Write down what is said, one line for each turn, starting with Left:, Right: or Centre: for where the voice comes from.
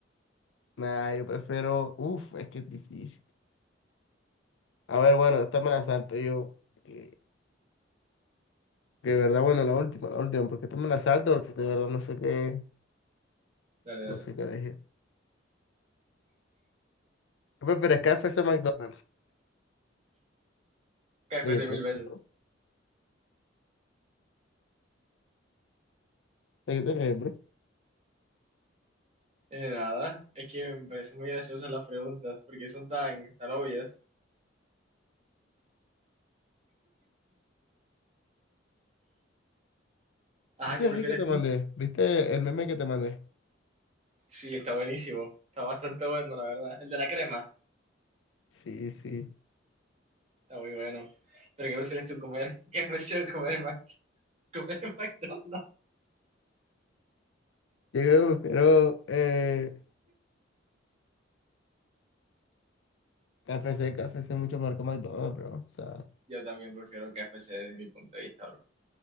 Left: Nah, yo prefiero. Uf, es que es difícil. A ver, bueno, esta me la salto yo. Que, que de verdad, bueno, la última, la última, porque esta me la salto, porque de verdad no sé qué,
Right: Dale, dale.
Left: no sé qué dejé. ¿Qué prefieres, KFC o McDonald's?
Right: KFC
Left: ¿De qué te
Right: mil
Left: ríes,
Right: veces.
Left: bro? ¿De qué te ríes, bro?
Right: Eh, nada, es que me parecen muy graciosas las preguntas porque son tan, tan obvias. Ajá,
Left: ¿Viste
Right: ¿qué
Left: el
Right: prefieres
Left: reel que te
Right: tú?
Left: mandé? ¿Viste el meme que te mandé?
Right: Sí, está buenísimo. Está bastante bueno, la verdad. El de la crema,
Left: Sí, sí.
Right: está muy bueno. Pero ¿qué prefieres tú comer? <laughs> qué prefieres comer, en Mac- comer en McDonald's?
Left: Yo creo que prefiero eh, KFC, KFC mucho mejor que McDonald's, bro. O sea.
Right: Yo también prefiero KFC desde mi punto de vista, bro.